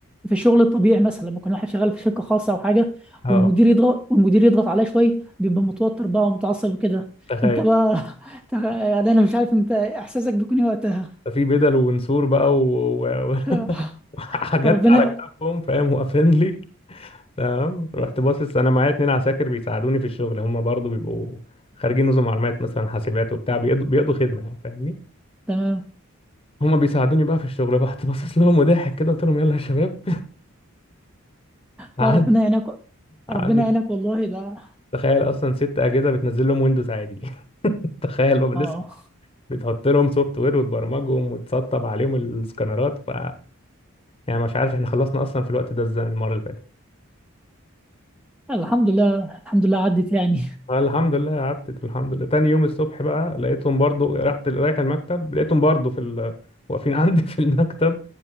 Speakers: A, in the centre; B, on the left.
A: في الشغل الطبيعي مثلا لما يكون واحد شغال في شركه خاصه او حاجه
B: اه
A: والمدير يضغط والمدير يضغط عليه شويه بيبقى متوتر بقى ومتعصب وكده
B: تخيل
A: انت بقى <laughs> أنت- يعني انا مش عارف انت احساسك بيكون إيه وقتها
B: في بدل ونسور بقى و... و...
A: <laughs> مش-
B: <laughs> وحاجات
A: ربنا
B: على كتافهم فاهم واقفين لي تمام رحت باصص انا معايا اتنين عساكر بيساعدوني في الشغل هم برضو بيبقوا خارجين نظم معلومات مثلا حاسبات وبتاع بيقضوا, بيقضوا خدمه يعني فاهمني
A: تمام
B: هم بيساعدوني بقى في الشغل <laughs> رحت باصص لهم وضاحك كده قلت لهم يلا يا شباب <laughs> قعد
A: لا ربنا يعينك
B: قعدنا
A: ربنا يعينك والله ده
B: تخيل اصلا ست اجهزه بتنزل لهم ويندوز عادي <laughs> تخيل بقى
A: اه
B: لسه بتحط لهم سوفت وير وتبرمجهم وتسطب عليهم السكانرات ف يعني مش عارف احنا خلصنا اصلا في الوقت ده ازاي المره اللي فاتت
A: الحمد لله الحمد لله عدت يعني
B: الحمد لله قعدت الحمد لله تاني يوم الصبح بقى لقيتهم برضو رحت رايح المكتب لقيتهم برضو في ال... واقفين <laughs> عندي في المكتب